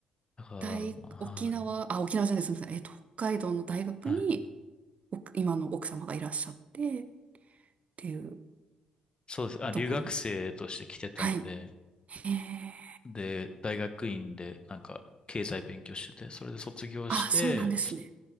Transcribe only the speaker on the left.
だから、
はい。
はい。
そうです。あ、留学生として来てたんで、
で、大学院でなんか経済勉強してて、それで卒業して、